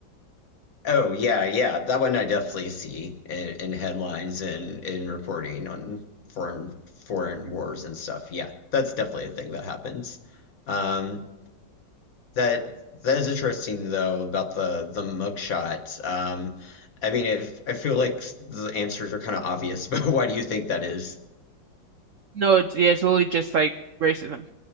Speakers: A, on the left; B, on the right.
A: Oh yeah, yeah, that one I definitely see in, in headlines and in reporting on foreign foreign wars and stuff. Yeah, that's definitely a thing that happens. Um, that that is interesting though about the the mugshot. Um, I mean, if I feel like the answers are kind of obvious, <laughs> but why do you think that is?
B: No, it's, yeah, it's literally just like racism.